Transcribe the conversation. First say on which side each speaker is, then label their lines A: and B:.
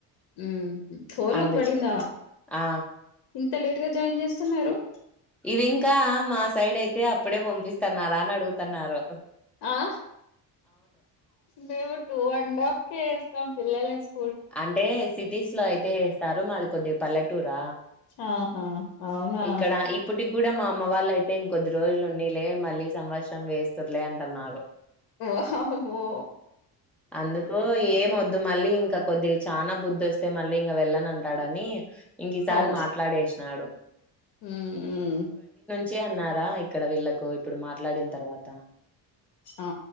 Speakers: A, on the left; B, in the centre.
A: మ్మ్ హ్హ్ ఫోర్ లోకి
B: అందుకి
A: బడింద
B: ఆ
A: ఇంత లేట్ గా జాయిన్ చేస్తన్నారు
B: ఇది ఇంకా మా సైడ్ అయితే అప్పుడే పంపిస్తన్నారా అని అడుగుతన్నారు
A: ఆ మేము టూ అండ్ హాఫ్ కే ఏస్తాం పిల్లలని స్కూ
B: అంటే సిటీస్ లో అయితే ఏస్తారు మాది కొద్దిగ పల్లెటూరా
A: ఆహా! అవునా!
B: ఇక్కడ ఇప్పటి గుడా మామ్ అమ్మ వాళ్ళ అయితే ఇంకొద్ది రోజులు ఉన్నిలే మళ్ళీ సంవత్సరం వేస్తురులే అంటన్నారు
A: వామ్మో!
B: అందుకు ఏం వద్దు మళ్ళీ ఇంకా ఇగ చానా బుద్దస్తే మళ్ళీ ఇంగ వెళ్ళనంటాడని ఇ ఇంకిసారి
A: అవును.
B: మాట్లాడేసినాడు
A: హ్మ్ హ్మ్
B: చే అన్నారా ఇక్కడ వీళ్ళలకు ఇప్పుడు మాట్లాడిన తర్వాత
A: ఆ